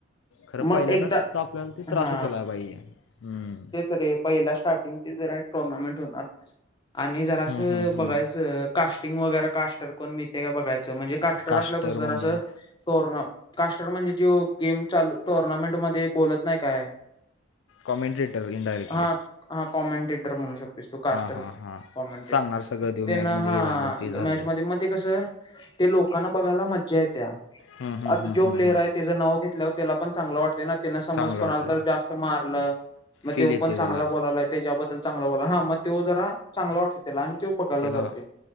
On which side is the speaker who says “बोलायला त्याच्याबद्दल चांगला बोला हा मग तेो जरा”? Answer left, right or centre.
Left